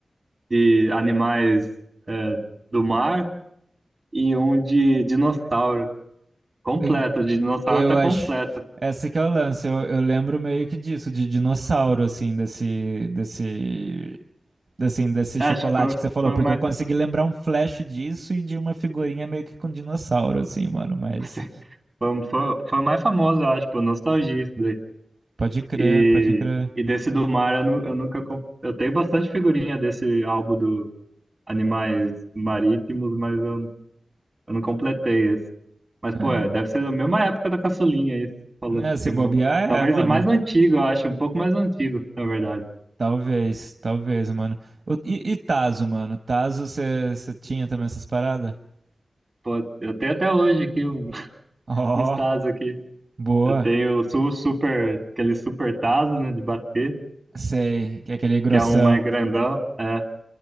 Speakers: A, on the right (about 25°); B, on the right (about 45°).
A: de animais é, do mar e um de dinossauro. Completo,
B: em-
A: o de dinossauro
B: eu
A: tá completo.
B: acho. Esse que é o lance. Eu, eu lembro meio que disso, de dinossauro, assim, desse, desse, assim, desse
A: É,
B: chocolate
A: acho que foi,
B: que você falou,
A: foi
B: porque
A: o mais,
B: eu consegui lembrar um flash disso e de uma figurinha meio que com dinossauro, assim, mano. Mas
A: <laughs> foi, foi, foi o mais famoso, eu acho, por nostalgia isso daí.
B: pode crer,
A: E,
B: pode crer.
A: e desse do mar eu, nu- eu nunca. comp- Eu tenho bastante figurinha desse álbum do Animais Marítimos, mas eu, eu não completei esse. Mas, pô,
B: É,
A: é, deve ser da mesma época da caçulinha isso, falou
B: né,
A: do Pokémon.
B: se bobear,
A: Talvez
B: é, mano.
A: o mais antigo, eu acho, um pouco mais antigo, na verdade.
B: Talvez, talvez, mano. O- e, e Tazo, mano? Tazo, você tinha também essas paradas? <laughs>
A: Pô, eu tenho até hoje aqui um, <laughs>
B: Ó,
A: uns Tazos aqui.
B: boa.
A: Eu tenho o su super, aquele super Tazo, né, de bater,
B: Sei, que é aquele grossão.
A: que é um mais grandão, é.